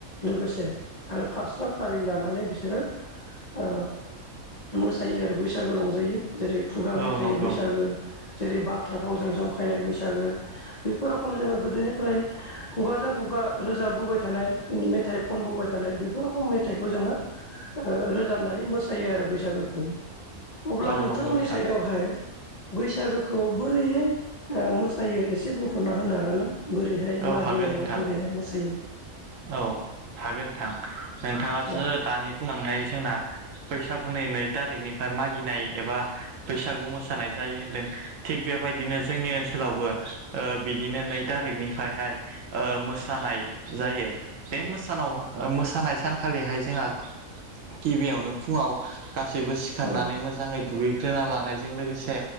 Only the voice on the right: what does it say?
औ
नंगौ
औ
नंगौ नोंथां
औ
हागोन नोंथां
औ हागोन नोंथां नोंथाङासो
दानि बुंलांनाय जों ना बैसागुनि नै थारिखनिफ्राय मागिनाय एबा बैसागु मोसानाय
जायो होनदों थिग बेबायदिनो जोंनि ओनसोलावबो ओ बिदिनो नै थारिकनिफ्रायहाय ओ मोसानाय जायो। बे मोसानाव ओ मोसानाय सान खालिहाय जोंहा गिबियावनो फुङाव गासैबो सिखारनानै
मोजाङै दुगै ग्रोना लानायजों लोगोसे